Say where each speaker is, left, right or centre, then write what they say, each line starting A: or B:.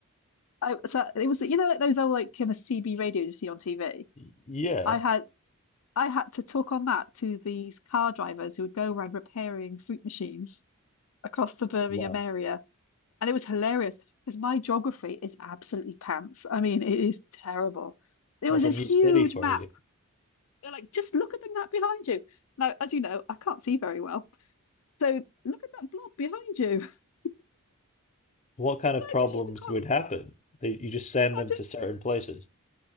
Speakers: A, on the left; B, on the left.
A: I so it was you know like those old like kind of CB radios you see on TV.
B: Y- Yeah,
A: I had I had to talk on that to these car drivers who would go around repairing fruit machines across the Birmingham
B: wow,
A: area, and it was hilarious because my geography is absolutely pants. I mean, it is terrible. There
B: that's
A: was this
B: a new
A: huge
B: study for
A: map.
B: you.
A: They're like, just look at the map behind you. Now, as you know, I can't see very well, so look at that blob behind you. <laughs>
B: What kind
A: And
B: of
A: I
B: problems
A: just used to call
B: would
A: them.
B: happen? They, you just send
A: I
B: them
A: just
B: to certain places.